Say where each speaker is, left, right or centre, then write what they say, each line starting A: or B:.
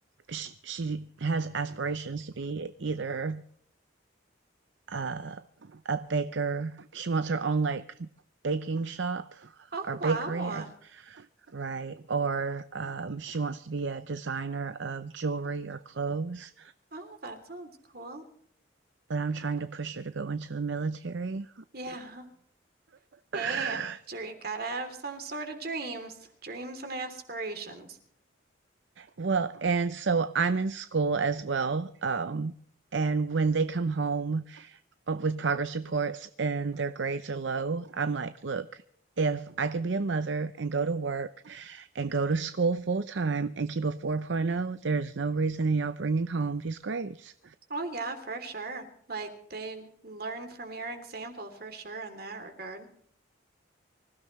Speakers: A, on the right; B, on the right.
A: sh- she has aspirations to be either uh, a baker. She wants her own like baking shop
B: Oh
A: or bakery,
B: wow.
A: I, right? Or um, she wants to be a designer of jewelry or clothes.
B: Oh, that sounds cool.
A: But I'm trying to push her to go into the military.
B: Yeah. Hey,
A: <laughs>
B: dream, gotta have some sort of dreams, dreams and aspirations.
A: Well, and so I'm in school as well. Um, and when they come home uh, with progress reports and their grades are low, I'm like, look, if I could be a mother and go to work and go to school full time and keep a 4.0, there's no reason in y'all bringing home these grades.
B: Oh yeah, for sure. Like they learn from your example for sure in that regard.